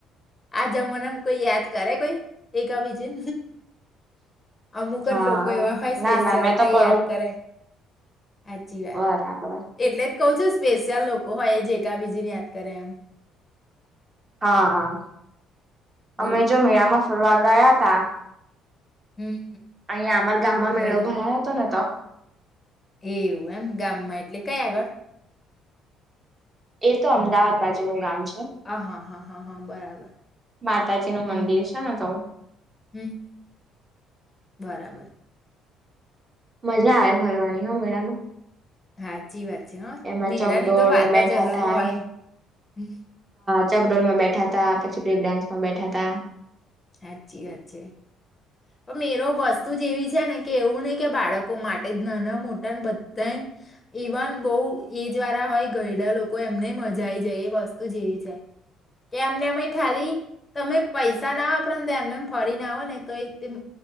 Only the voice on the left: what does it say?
આ જમનામા કોઈ યાદ કરે કોઈ એકા બીજે અમુક
જ લોકો એવા હોય
સ્પેશિયલ
તે
યાદ કરે. હાચી વાત
એટલે જ કઉ છું સ્પેશિયલ લોકો હોય જે કા બીજીને યાદ કરે એમ.
બોલો
હમ
બરાબર
એવું એમ ગામમાં એટલે કય આગળ
હા હા હા હા હા બરાબર
હમ્મ
હમ્મ હમ્મ બરાબર
હાચી વાત છે હા
મેરાની
તો વાત
જ અલગ
હોય. હમ્મ
હાચી વાત છે. પણ મેરો વસ્તુ જેવી છે ને કે એવું નહી કે બાળકો માટે નાના મોટા બધાયને ઇવન બવ એજ્ વારા હોય ઘયડા લોકો એમનેય મજા આવી જાય એ વસ્તુ જ એવી છે કે એમને અમે ખાલી તમે પૈસા ના વાપરોને તો એમને એમ ફરી ના આવો ને તો એ તેમ